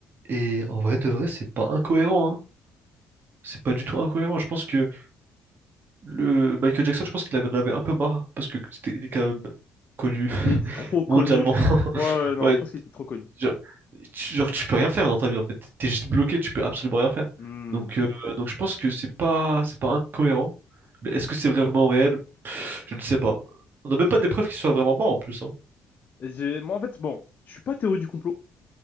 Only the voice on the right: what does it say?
et en vrai de vrai, c'est pas incohérent, hein. C'est pas du tout incohérent. Je pense que le Michael Jackson, je pense qu'il en avait un peu marre, parce que c'était, il est quand même connu <laughs>
mondialement.
<laughs>
Ouais,
Genre, tu, genre, tu peux rien faire dans ta vie en fait. T'es juste bloqué, tu peux absolument rien faire.
Donc, euh, donc je pense que c'est pas, c'est pas incohérent. Mais est-ce que c'est vraiment réel? Je ne sais pas. On n'a même pas des preuves qu'il soit vraiment mort en plus. hein.